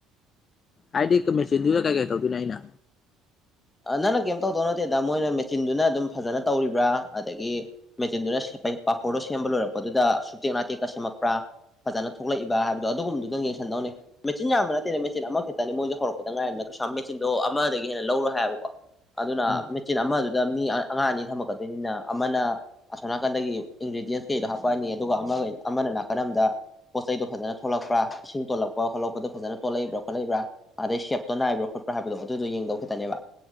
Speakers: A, on the left (about 35°); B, on the left (about 15°).
A: ꯍꯥꯏꯗꯤ ꯀ ꯃꯦꯆꯤꯟꯗꯨꯗ ꯀꯩ ꯀꯩ ꯇꯧꯗꯣꯏꯅꯣ ꯑꯩꯅ?
B: ꯑꯥ ꯅꯪꯅ ꯀꯩꯝ ꯇꯧꯗꯧ ꯅꯠꯇꯦꯗ ꯃꯣꯏꯅ ꯃꯦꯆꯤꯟꯗꯨꯅ ꯑꯗꯨꯝ ꯐꯖꯅ ꯇꯧꯔꯤꯕ꯭ꯔꯥ ꯑꯗꯒꯤ꯫ ꯃꯦꯆꯤꯟꯗꯨꯅ ꯁꯦꯞ ꯄꯥꯐꯣꯔꯗꯩꯅ ꯁꯦꯝꯕ ꯂꯣꯏꯔꯛꯄꯗꯨꯗ ꯁꯨꯛꯇꯦꯛ ꯅꯥꯇꯦꯛꯀ ꯁꯦꯝꯃꯛꯄ꯭ꯔꯥ ꯐꯖꯅ ꯊꯣꯛꯂꯛꯏꯕ ꯍꯥꯏꯕꯗꯣ ꯑꯗꯨꯒꯨꯝꯕꯗꯨꯗꯪ ꯌꯦꯡꯁꯟꯗꯧꯅꯦ ꯃꯦꯆꯤꯟ ꯌꯥꯝꯕ ꯅꯠꯇꯦꯅ ꯃꯦꯆꯤꯟ ꯑꯃꯈꯛꯇꯅꯤ ꯃꯣꯏꯁꯨ ꯍꯧꯔꯛꯄꯗ ꯉꯥꯏꯔꯤꯝꯅꯤꯅ ꯀꯩꯁꯨ ꯌꯝ ꯃꯦꯆꯤꯟꯗꯣ ꯑꯃꯗꯒꯤ ꯍꯦꯟꯅ ꯂꯧꯔꯣꯏ ꯍꯥꯏꯕꯀꯣ ꯑꯗꯨꯅ
A: ꯎꯝ
B: ꯃꯦꯆꯤꯟ ꯑꯃꯗꯨꯗ ꯃꯤ ꯑꯉꯥꯡ ꯑꯅꯤ ꯊꯝꯃꯛꯀꯗ ꯅꯤꯅ ꯑꯃꯅ ꯑꯁꯣꯝ ꯅꯥꯀꯟꯗꯒꯤ ꯏꯟꯒ꯭ꯔꯤꯗꯤꯌꯦꯟꯁ ꯀꯩꯗꯣ ꯍꯥꯞꯄꯛꯑꯅꯤ ꯑꯗꯨꯒ ꯑꯃꯒ ꯑꯃꯅ ꯅꯥꯀꯟ ꯑꯝꯗ ꯄꯣꯠ ꯆꯩꯗ ꯐꯖꯅ ꯊꯣꯛꯂꯛꯄꯔꯥ ꯏꯁꯤꯡ ꯇꯣꯂꯛꯄ ꯈꯣꯠꯂꯄꯣ ꯐꯖꯅ ꯇꯣꯂꯛꯏꯕ꯭ꯔ ꯈꯣꯠꯂꯛꯏꯕ꯭ꯔ ꯑꯗꯩ ꯁꯦꯞꯇꯣ ꯅꯥꯏꯕꯔꯥ ꯈꯣꯠ ꯄꯔꯥ ꯍꯥꯏꯕꯗꯣ ꯑꯗꯨꯗꯣ ꯌꯦꯡꯗꯧ ꯈꯤꯇꯅꯦꯕ